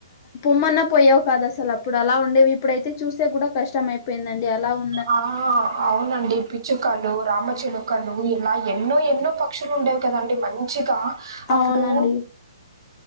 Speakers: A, on the left; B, on the right.
A: పొమ్మన్న పోయేవి కాదసలు అప్పుడు అలా ఉండేవి ఇప్పుడైతే చూసే కూడా కష్టం అయిపోయిందండి అలా ఉన్
B: ఆ అవునండి పిచ్చుకలు రామచిలుకలు ఇలా ఎన్నో ఎన్నో పక్షులు ఉండేవ్ కదండి మంచిగా అప్పుడు
A: అవునండి